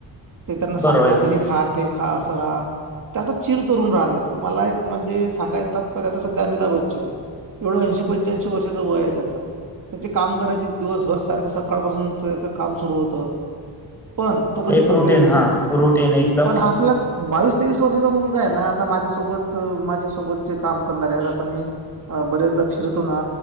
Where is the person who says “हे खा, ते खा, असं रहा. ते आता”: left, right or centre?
Right